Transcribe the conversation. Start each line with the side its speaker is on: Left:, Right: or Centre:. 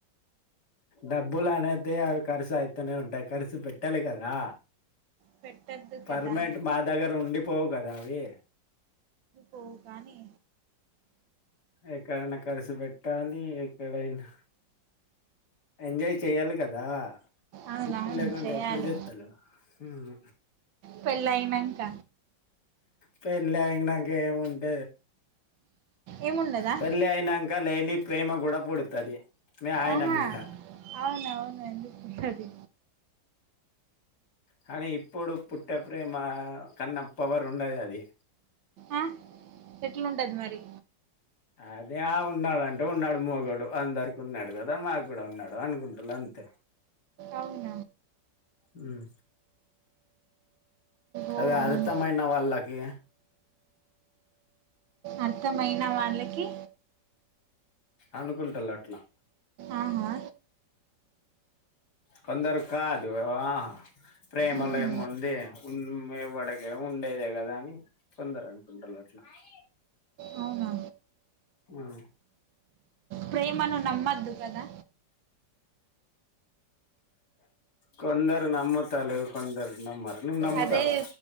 Left: డబ్బులు అనేది అవి ఖర్చు అయితానే ఉంటాయి ఖర్చు పెట్టాలి కదా
Right: పెట్టద్దు
Left: పర్మిట్
Right: కదా
Left: మా దగ్గర ఉండిపోవు కదా అవి
Right: పోవు కానీ
Left: ఎక్కడైనా కర్సు పెట్టాలి ఎక్కడైనా ఎంజాయ్ చెయ్యాలి కదా
Right: అవునవును
Left: ఇప్పుడు లేకుంటే
Right: చేయాలి
Left: ఎప్పుడు చెత్తారు హ్మ్
Right: పెళ్లి అయినక్క
Left: పెళ్లి అయినక్క ఏముంటద
Right: ఏముండదా
Left: పెళ్లి అయినక్క లేని ప్రేమ కూడా పుడుతది మ ఆయనా
Right: ఆహా
Left: మీధ
Right: అవునవును ఎందుకు ఉండదు
Left: కానీ ఇప్పుడు పుట్టే ప్రేమ కన్నా పవర్ ఉండది అది
Right: ఆ ఎట్లు ఉంటది మరి
Left: అదే ఆ ఉన్నాడు అంటే ఉన్నాడు మొగడు అందరికి ఉన్నాడు కదా మాకు కూడా ఉన్నాడు అనుకుంటుారు అంతే
Right: అవున్
Left: హ్మ
Right: ఓహో
Left: అది అర్థం
Right: మన
Left: అయిన వాళ్ళకి
Right: అర్థమైన వాళ్ళకి
Left: అనుకుంటలా అట్లా
Right: ఆహా
Left: కొందరుకి కాదు ఆ ప్రేమలో
Right: ఉమ్,
Left: ఏముంది ఉండేవలకి ఏమో ఉండేదే కదా అని కొందరు అనుకుంటారు మయి
Right: అవునా
Left: ఆ
Right: ప్రేమను నమ్మద్దు కదా
Left: కొందరు నమ్మ తలు కొందరు నమ్మరు నువ్వు నమ్ముతావా
Right: అదే